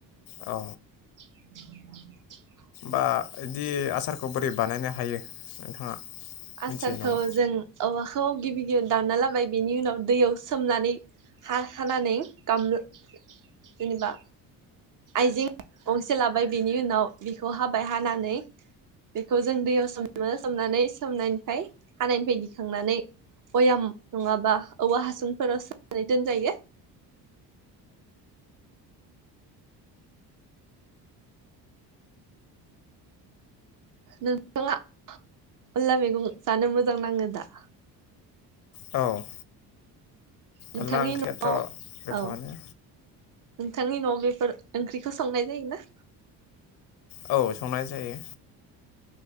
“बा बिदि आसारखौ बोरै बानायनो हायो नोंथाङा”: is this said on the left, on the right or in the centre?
Left